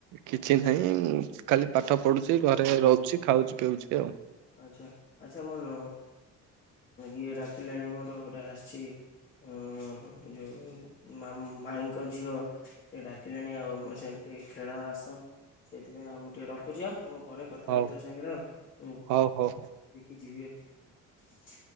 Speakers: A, on the right; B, on the left.
A: କିଛି ନାହିଁ ଖାଲି ପାଠ ପଢୁଛି ଘରେ
B: ଓହୋ
A: ରହୁଛି ଖାଉଛି ପିଉଛି ଆଉ।
B: ଆଚ୍ଛା ଆଚ୍ଛା ମୋର ଇଏ ଡାକିଲାଣି ମୋର ଗୋଟେ ଆସିଛି। ଓହୋ ଯେଉ। ମାମୁଁ ମାଇଙ୍କ ଝିଅ ସେ ଡାକିଲେଣି ଆଉ ସେମିତି ଖେଳ ଆସ। ସେଇଥିପାଇଁ ଆ ମୁଁ ଟିକେ ରଖୁଛିିବା। ମୁଁ ପରେ କଥା
A: ହଉ
B: ହେବି ତୋ ସାଙ୍ଗରେ ଆଉ କ
A: ହଉ ହଉ।
B: ଦେଖିକି ଯିବି ଆଉ।